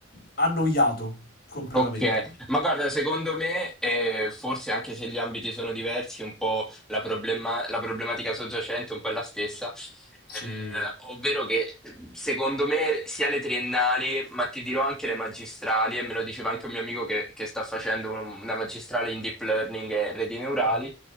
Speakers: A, on the left; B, in the centre.
A: annoiato completamente.
B: Ok, ma guarda, secondo me, eh, forse anche se gli ambiti sono diversi, un po' la, problema- la problematica soggiacente è un po' è la stessa,
A: Sì.
B: Eh, ovvero che secondo me sia le triennali, ma ti dirò anche le magistrali, e me lo diceva anche un mio amico che, che sta facendo un- una magistrale in deep learning e reti neurali,
A: Ah,